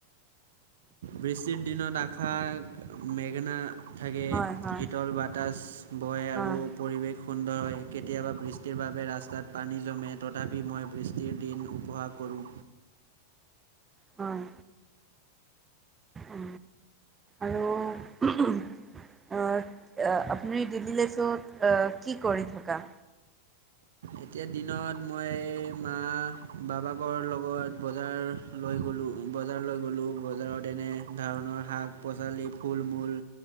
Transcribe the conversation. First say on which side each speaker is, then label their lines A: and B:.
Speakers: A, on the right; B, on the right.
A: বৃষ্টিৰ দিনত আশা মেঘনা। থাকে
B: হয়, হয়,
A: শীতল বাতাচ বয়
B: হয়,
A: আৰু। পৰিৱেশ সুন্দৰ হয় কেতিয়াবা বৃষ্টিৰ বাবে ৰাস্তাত পানী জমে তথাপি মই বৃষ্টি। প্ৰতি দিন উপহাস কৰোঁ।
B: হয়। উ আৰু হো হু। ঘৰত আপুনি ডেইলী লাইফত কি কৰি থকা।
A: এতিয়া দিনত মই মা বাবাকৰ লগত বজাৰ লৈ গলো বজাৰ লৈ গলো বজাৰত এনে ধৰণৰ শাক পাচলি ফুল মূল